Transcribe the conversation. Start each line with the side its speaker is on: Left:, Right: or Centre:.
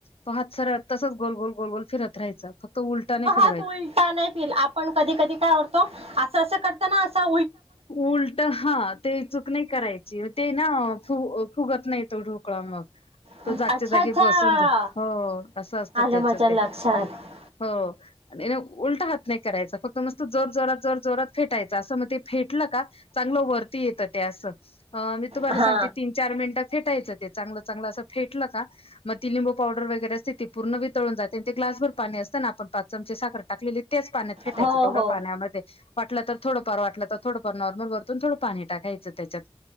Left: तो हात सर तसच गोल गोल गोलगोल फिरत राहाचं फक्त त उलटा नाही फेर
Right: उ नाहीि आपण कधी कधी कायतो अस करतना असल
Left: उलट हा ते चूक नाही करायची ते ना फु फुगत नाही तोढूक क मग
Right: अच्छा
Left: तो जागच्या जागी
Right: अच्छा
Left: बसून हो असं असतं
Right: आलं
Left: त्याच
Right: माझ्या
Left: ते
Right: लक्षात
Left: हो आणि उलटा हात नाही करायचा फक्त मस्त जोर जोरात जोर जोरात फेटायचा असं मग ते. फेटले का चांगलं वरती येत ते आस मी तुम्हाला
Right: हा
Left: सांगते. चार मिनिटं फेटायचं ते चांगलं चांगलं असं फेटलं का मग ती लिंबू पावडर वगैरे असते ती पूर्ण वळून जाते ते ग्लासर पाणी असताना आपण पाच चमचे साखर टाकलेली त्याच पाण्यात फेटायचं
Right: हो
Left: तेवढ्या
Right: हो
Left: पाण्यामध्ये वाटलं तर थोडंफार वाटलं तर थोडंफार नॉर्मल भरतून थोडं पाणी टाकायचं त्याच्यात